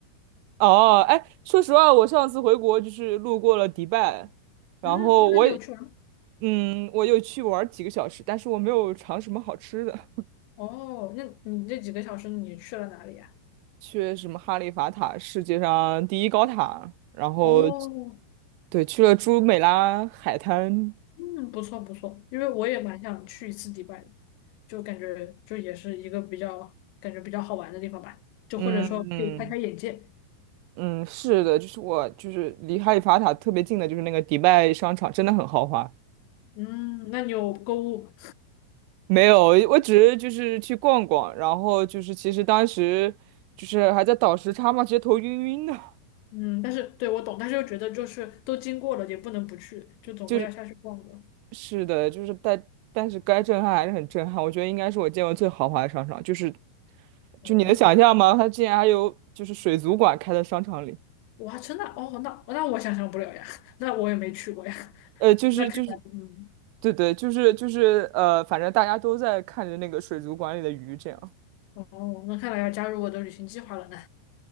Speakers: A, on the right (about 85°); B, on the left (about 85°).
A: 哦，哎，说实话，我上次回国就是路过了迪拜，
B: <laughs>
A: 然后我也，
B: 嗯，哦，那你有去玩吗？
A: 嗯，我有去玩儿几个小时，但是我没有尝什么好吃的。
B: 哦，那你这几个小时你去了哪里呀？
A: 去什么哈利法塔，世界上第一高塔，然后
B: 哦，
A: 对，去了朱美拉海滩，
B: 嗯，不错不错，因为我也蛮想去一次迪拜的，就感觉就也是一个比较感觉比较好玩的地方吧，就或者说可以开开眼界。
A: 嗯嗯，嗯，是的，就是我就是离哈利法塔特别近的，就是那个迪拜商场，真的很豪华。
B: 嗯，那你有购物吗？
A: 没有，我只是就是去逛逛，然后就是其实当时就是还在倒时差嘛，直接头晕晕的。
B: 嗯，但是对我懂，但是又觉得就是都经过了，也不能不去，就总归要下去逛的。
A: <laughs> 就是。是的，就是但但是该震撼还是很震撼，我觉得应该是我见过最豪华的商场，就是
B: 哦，
A: 就你能想象吗？它竟然还有就是水族馆开在商场里，
B: 我还真的哦，那那我想象不了呀，<laughs> 那我也没去过呀。<laughs>
A: 呃，就是就是，
B: 那看来，嗯，
A: 对对，就是就是呃，反正大家都在看着那个水族馆里的鱼这样。
B: 哦，那看来要加入我的旅行计划了呢。